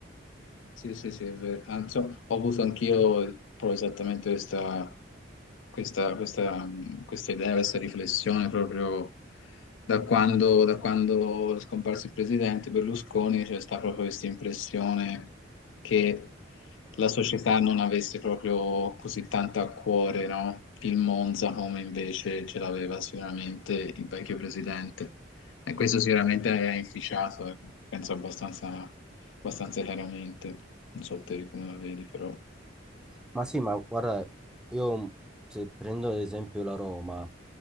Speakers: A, on the left (about 85°); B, in the centre.
A: Sì, sì, sì, è vero. Anzi, ho avuto anch'io proprio esattamente questa, questa, questa, mh, questa idea, questa riflessione proprio da quando, da quando è scomparso il presidente Berlusconi, c'è stata proprio questa impressione che la società non avesse proprio così tanto a cuore, no? Il Monza come invece ce l'aveva sicuramente il vecchio presidente. E questo sicuramente ha inficiato, eh, penso abbastanza abbastanza chiaramente. Non so te come la vedi, però.
B: Ma sì, ma guarda, io se prendo ad esempio la Roma,